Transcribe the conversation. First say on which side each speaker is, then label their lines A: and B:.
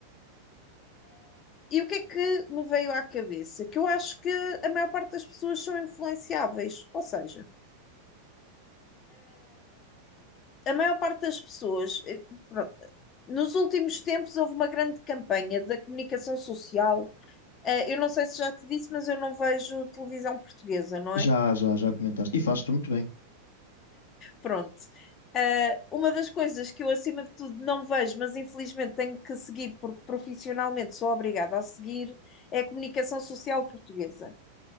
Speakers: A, on the left; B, on the left.
A: E o que é que me veio à cabeça? Que eu acho que a maior parte das pessoas são influenciáveis, ou seja, a maior parte das pessoas, eh, pronto, Nos últimos tempos houve uma grande campanha da comunicação social. Ah, eu não sei se já te disse, mas eu não vejo televisão portuguesa, não é?
B: Já, já, já comentaste. E fazes tu muito bem.
A: Pronto. Ah, uma das coisas que eu, acima de tudo, não vejo, mas infelizmente tenho que seguir, porque profissionalmente sou obrigada a seguir, é a comunicação social portuguesa.